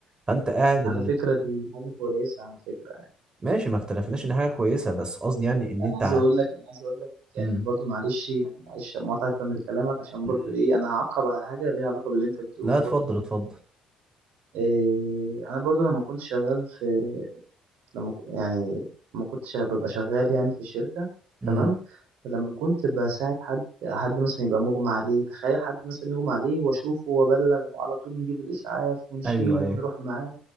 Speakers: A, on the right; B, on the right.
A: فأنت قاعد اللي...
B: على فكرة دي حاجة كويسة على فكرة يعني
A: ماشي ما اختلفناش إن حاجة كويسة بس قصدي يعني إن أنت
B: أنا عايز
A: ع-
B: أقول لك أنا عايز أقول لك يعني
A: مم.
B: برضو معلش يعني معلش مقاطعة لكلامك عشان
A: مم.
B: برضو إيه أنا هعقب على حاجة ليها علاقة باللي أنت بتقوله
A: لا اتفضل
B: برضو
A: اتفضل
B: إيه أنا برضو لما كنت شغال في لما ك- يعني ما كنتش ببقى شغال يعني في الشركة
A: امم
B: تمام فلما كنت بساعد حد حد مثلا يبقى مغمى عليه تخيل حد مثلا يغمى عليه واشوفه وابلغ وعلى طول نجيب الاسعاف ونشيله
A: ايوه ايوه
B: ونروح معاه